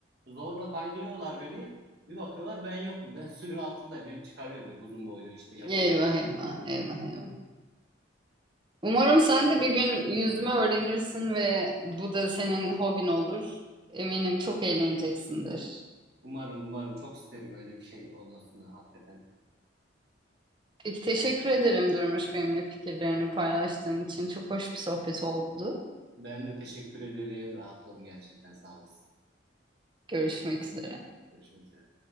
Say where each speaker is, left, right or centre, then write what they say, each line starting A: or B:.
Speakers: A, on the right (about 55°); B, on the right (about 25°).
A: Zorla kaydırıyorlar beni. Bir bakıyorlar ben yokum. <laughs> Ben suyun altındayım. Beni çıkarıyor böyle uzun boylu işte yapılıp.
B: Eyvah eyvah eyvah eyvah. Umarım sen de bir gün yüzme öğrenirsin ve bu da senin hobin olur. Eminim çok eğleneceksindir.
A: Umarım umarım çok isterim öyle bir şey olmasını hakikaten.
B: Peki teşekkür ederim Durmuş benimle fikirlerini paylaştığın için. Çok hoş bir sohbet oldu.
A: Ben de teşekkür ederim. Rahatladım gerçekten. Sağ olasın.
B: Görüşmek üzere.
A: Görüşmek üzere.